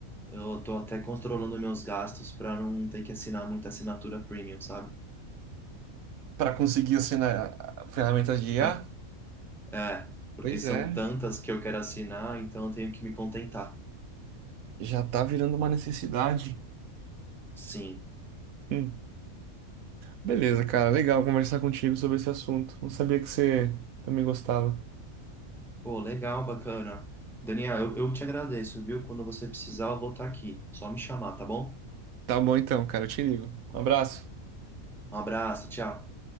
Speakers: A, in the centre; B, on the right (about 75°).
A: Eu tô até controlando meus gastos para não ter que assinar muita assinatura premium, sabe?
B: Para conseguir assim, né, a- a- ferramentas de IA.
A: <laughs> É, porque
B: Pois
A: são
B: é,
A: tantas que eu quero assinar, então eu tenho que me contentar.
B: já tá virando uma necessidade.
A: Sim.
B: Hum. Beleza, cara. Legal conversar contigo sobre esse assunto. Não sabia que você também gostava.
A: Pô, legal, bacana. Daniel, eu, eu te agradeço, viu? Quando você precisar, eu vou estar aqui. Só me chamar, tá bom?
B: Tá bom então, cara. Eu te ligo. Um abraço.
A: Um abraço, tchau.